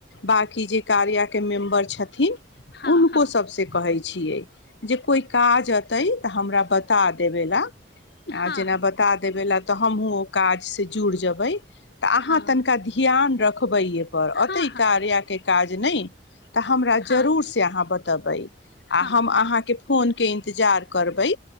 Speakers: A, on the left (about 80°); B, on the left (about 65°).
A: बांकी जे कार्या के मेम्बर छथिन
B: हँ
A: हुनको
B: हँ
A: सबसे कहैत छियै जे कोई काज अतई त हमरा बता देबेला
B: हँ
A: आ जेना
B: हँ
A: बता देबै ला तऽ हमहुं ओ काज से जुड़ जबै तऽ अहाँ
B: हँ
A: तनिका ध्यान रख रखबैए एपर
B: हँ
A: अतई कार्या के काज नहि तऽ हमरा
B: हँ
A: जरूर से अहाँ बतेबै
B: हँ
A: आ हम
B: हँ हँ
A: अहाँके फोन के इन्तजार करबै।